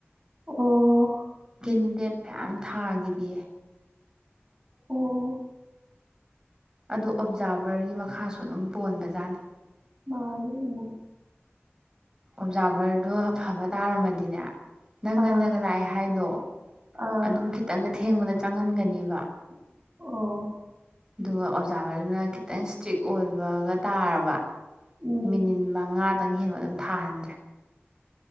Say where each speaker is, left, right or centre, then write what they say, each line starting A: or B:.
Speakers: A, on the right (about 35°); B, on the right (about 15°).
A: ꯑꯣ
B: ꯀꯦꯟꯗꯤꯗꯦꯠ ꯐꯌꯥꯝ ꯊꯥꯈꯤꯗꯤꯌꯦ
A: ꯑꯣ
B: ꯑꯗꯣ ꯑꯣꯞꯖꯥꯔꯚꯔꯒꯤ ꯃꯈꯥꯁꯨ ꯑꯗꯨꯝ ꯄꯣꯟꯕꯖꯥꯠꯅꯤ
A: ꯃꯥꯟꯅꯤ ꯀꯩꯅꯣ
B: ꯑꯣꯞꯖꯥꯔꯚꯔꯗꯣ ꯑꯐꯕ ꯇꯥꯔꯝꯃꯗꯤꯅꯦ ꯅꯪ ꯉꯟꯅꯒ
A: ꯑꯥ
B: ꯂꯥꯛꯑꯦ ꯍꯥꯏꯗꯣ
A: ꯑꯥ
B: ꯑꯗꯨꯝ ꯈꯤꯇꯪꯒ ꯊꯦꯡꯕꯗ ꯆꯪꯍꯟꯒꯅꯦꯕ
A: ꯑꯣ
B: ꯑꯗꯨꯒ ꯑꯣꯞꯖꯥꯔꯚꯔꯗꯨꯅ ꯈꯤꯇꯪ ꯏꯁꯇ꯭ꯔꯤꯛ ꯑꯣꯏꯕꯒ ꯇꯥꯔꯕ
A: ꯎꯝ
B: ꯃꯤꯅꯤꯠ ꯃꯉꯥꯗꯪ ꯍꯦꯟꯕ ꯑꯗꯨꯝ ꯊꯥꯍꯟꯗ꯭ꯔꯦ